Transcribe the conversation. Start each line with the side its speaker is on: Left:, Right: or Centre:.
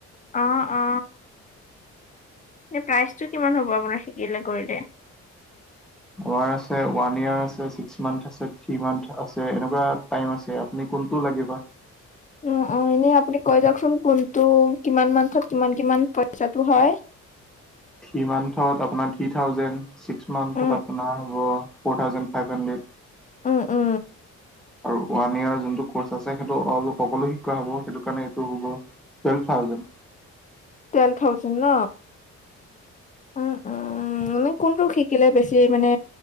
Left: অ অ এ প্ৰাইজটো কিমান হ'ব আপোনাৰ শিকিলে কৰিলে
Centre: আমাৰ আছে ওৱান ইয়াৰ আছে ছিক্স মান্থ আছে থ্ৰী মান্থ আছে এনেকুৱা টাইম আছে। এনে কোনটো লাগেবা
Left: অ অ এনে আপুনি কৈ যাওকচোন কোনটো কিমান মান্থত কিমান কিমান পইচাটো হয়।
Centre: থ্ৰী মান্থত আপোনাৰ থ্ৰী থাউজেড ছিক্স মান্থত
Left: উম,
Centre: আপোনাৰ হ'ব ফৰ থাউজেণ্ড ফাইভ হাণ্ড্ৰেড।
Left: উ উ
Centre: আৰু ওৱান ইয়াৰ যোনটো কৰ্চ আছে সেইটো অ সকলো শিক্ষোৱা হ'ব সেইটো কাৰণে এইটো হ'ব। তোৱেলফ থাউজেণ্ড
Left: টুৱেল থাউজেণ্ড ন উ উ এনে কোনটো শিকিলে বেছি মানে